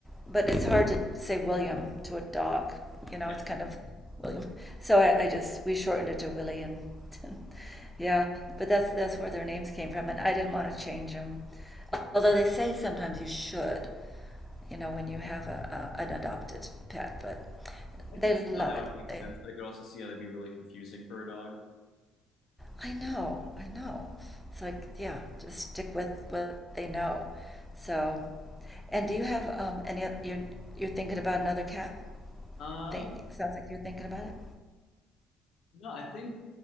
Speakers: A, in the centre; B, on the left.
A: but it's hard to say William to a dog. You know,
B: Yeah,
A: it's kind of William. <laughs> So I, I just we shortened it to Willie and <laughs> and yeah. But that's that's where their names came from, and I didn't want to change them. Although they say sometimes you should you know, when you have a, a an adopted pet, but
B: I
A: they
B: can
A: love
B: see how that would
A: it.
B: make
A: They,
B: sense, but I could also see how that'd be really confusing for a dog.
A: I know, I know. It's like, yeah, just stick with what they know. So, and do you have um, any? oth- You're you're thinking about another cat?
B: Uh,
A: Think sounds like you're thinking about it.
B: no, I think